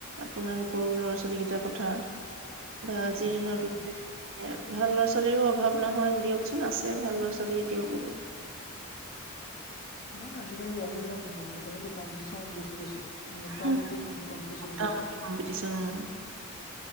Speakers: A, on the right; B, on the left.
A: আপোনালোকৰো ল'ৰা ছোৱালী কেইটাৰ কথা। আজিৰ
B: অ'
A: দিনটোত যে <unintelligible> ভাল ল'ৰা ছোৱালীৰো অভাৱ নহয় দিয়কচোন। আছে ভাল ল'ৰা ছোৱালী এতিয়াও বহুত।
B: নহ আজিকালি ল'ৰা ছোৱালীবিলাক ম মোটামোটি কম্পিটিচনত গুচি গৈছে। মোটামোটি
A: উম
B: কম কম্পিটিচনত
A: মোটামুটি
B: গৈছে।
A: কম্পিটিচন উম।